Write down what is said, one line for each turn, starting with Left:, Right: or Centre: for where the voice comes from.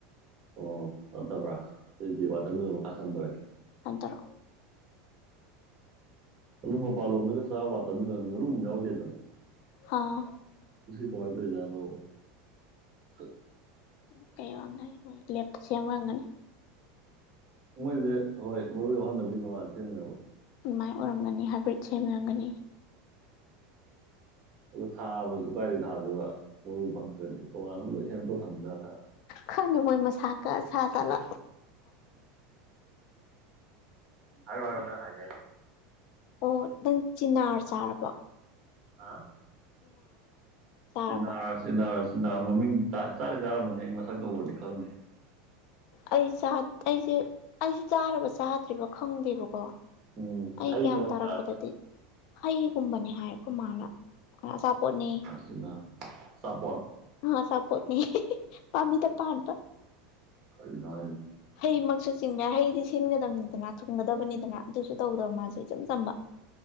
Right: ꯑꯣ ꯕ꯭ꯔꯥ ꯑꯗꯨꯑꯣꯗꯤ ꯋꯥꯇꯔ ꯃꯈꯥ ꯁꯗꯛꯀꯤꯦ
Left: ꯑꯟꯇꯔꯣ
Right: ꯑꯗꯨ ꯃꯄꯥꯟꯂꯣꯝꯗ ꯆꯥ ꯋꯥ ꯇꯥꯃꯤꯜꯁ ꯃꯔꯨ ꯑꯃ ꯌꯥꯎꯗꯦꯗꯅ
Left: ꯑꯥ
Right: ꯀꯃꯥꯏꯗꯖꯅꯣ ꯈꯨ <unintelligible>
Left: ꯎ ꯀꯩ ꯋꯥꯉꯣꯏ ꯊꯆ ꯑꯃꯒꯅꯤ
Right: ꯃꯣꯏꯁꯦ ꯍꯣꯏ ꯃꯔꯨ ꯌꯥꯎꯍꯟꯗꯕꯤ ꯇꯣꯉꯥꯟꯅ ꯁꯦꯝꯃꯤꯅꯕ
Left: ꯥꯏ ꯑꯣꯔꯝꯅꯤ ꯍꯥꯏ ꯄ꯭ꯔꯤꯠꯁꯕꯤꯝꯒꯅꯤ
Right: ꯑꯗꯨ ꯊꯥꯕꯁꯨ ꯀꯥꯏꯗ ꯊꯥꯗꯣꯏꯕ ꯃꯣꯏꯜ ꯐꯪꯗ꯭ꯔꯗꯤ ꯇꯣꯉꯥꯟꯅ ꯂꯣꯏ ꯁꯦꯝꯇꯣꯛ ꯊꯝꯖꯥꯠꯂ
Left: ꯈꯣꯏꯅ ꯃꯣꯏ ꯃꯁꯥꯀ ꯁꯥ ꯇꯂ
Right: ꯍꯥꯏꯔ ꯍꯥꯏꯔꯅ ꯍꯥꯏꯒꯦ
Left: ꯑꯣ ꯅꯪ ꯆꯤꯅꯥꯔ ꯆꯥꯔꯕ
Right: ꯍꯥ
Left: ꯆꯥꯔꯕꯣ
Right: ꯁꯤꯟꯅꯔ ꯁꯤꯅꯔ ꯁꯤ ꯃꯃꯤꯡ ꯆꯥꯗꯤ ꯆꯥꯔꯕꯅꯤ ꯑꯩ ꯃꯁꯛꯇ ꯎꯔꯗꯤ ꯈꯪꯅꯤ
Left: ꯑꯩ ꯑꯩꯁꯦ ꯑꯩꯁꯦ ꯆꯥꯔꯕ ꯆꯥꯗ꯭ꯔꯤꯕ ꯈꯪꯗꯦꯕꯀꯣ
Right: ꯎꯝ
Left: ꯑꯩ
Right: ꯍꯩꯔꯣ
Left: ꯒ꯭ꯌꯥꯟ ꯇꯥꯔꯛꯄꯗꯗꯤ
Right: ꯆꯤꯅꯥꯔ
Left: ꯍꯩꯒꯨꯝꯕꯅꯦ ꯍꯥꯏꯀꯣ ꯃꯥꯅ ꯑꯆꯥꯄꯣꯠꯅꯤ
Right: ꯖꯤꯅꯥ ꯑꯆꯥꯄꯣꯠ
Left: ꯑꯥ ꯁꯞꯄꯣꯠꯅꯤ ꯄꯥꯃꯤ ꯇ ꯄꯕ
Right: ꯀꯩꯒ
Left: ꯍꯩꯃꯛꯁꯨ ꯆꯤꯡꯕ ꯌꯥꯏ ꯍꯩꯗꯤ ꯁꯤꯟꯒꯗꯕꯅꯤꯗꯅ ꯊꯨꯡꯒꯗꯕꯅꯤꯗꯅ ꯑꯗꯨꯁꯨ ꯇꯧꯗꯕ ꯃꯥꯁꯨꯦ ꯏꯆꯝ ꯆꯝꯕ